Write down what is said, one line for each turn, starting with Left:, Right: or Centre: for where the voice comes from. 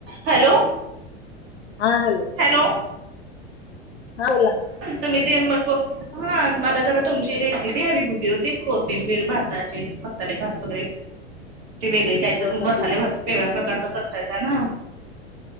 Right: Hello.
Left: हा hello.
Right: Hello.
Left: हां बोला.
Right: तुम्ही ते मग हा मला जरा तुमची रेसिपी हवी होती ओ ती कोथिंबीर भाताची मसाले भात वगैरे. ती वेगळी काही तर
Left: कोथंबीर
Right: मसाले भात वेगळ्या प्रकारचा करतायसा ना.